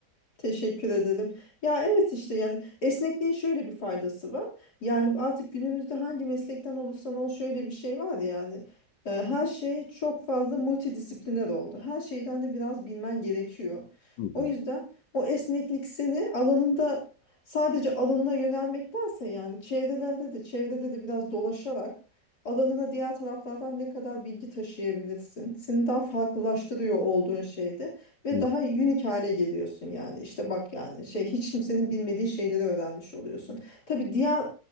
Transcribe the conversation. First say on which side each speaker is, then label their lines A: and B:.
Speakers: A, on the left; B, on the left.
A: Teşekkür ederim. Ya evet işte yani esnekliğin şöyle bir faydası var. Yani artık günümüzde hangi meslekten olursan ol şöyle bir şey var yani. e, Her şey çok fazla multidisipliner oldu. Her şeyden de biraz bilmen gerekiyor.
B: Hı hı,
A: O yüzden o esneklik seni alanında sadece alanına yönelmektense yani çevrelerde de çevrede de biraz dolaşarak alanına diğer taraflardan ne kadar bilgi taşıyabilirsin. Seni daha farklılaştırıyor olduğun şeyde ve
B: hı hı,
A: daha unique hale geliyorsun yani. İşte bak yani şey hiç kimsenin bilmediği şeyleri öğrenmiş oluyorsun. Tabii diğer